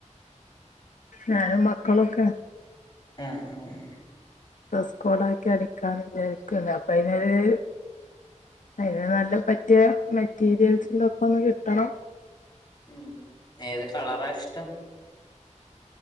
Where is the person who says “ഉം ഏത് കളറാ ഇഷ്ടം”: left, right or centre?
Left